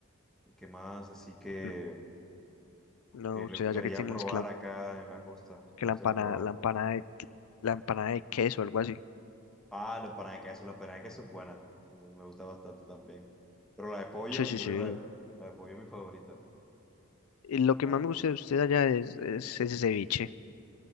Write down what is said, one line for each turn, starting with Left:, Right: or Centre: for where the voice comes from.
Centre: ¿Y qué más? Así que,
Left: Ujú. No,
Centre: que
Left: o
Centre: le
Left: sea,
Centre: gustaría
Left: ya que tienen
Centre: probar
Left: es que la,
Centre: acá en la costa.
Left: que
Centre: Le
Left: la
Centre: gustaría
Left: empanada,
Centre: probar.
Left: la empanada de, la empanada de queso, algo así.
Centre: Ah, la empanada de queso. La empanada de queso es buena. Mm, Me gusta bastante también. Pero la de pollo,
Left: Sí, sí,
Centre: yo creo
Left: sí.
Centre: que la, de- la de pollo es mi favorita.
Left: Y Lo
Centre: de La
Left: que más
Centre: de pollo.
Left: me gusta de usted allá es, es ese ceviche.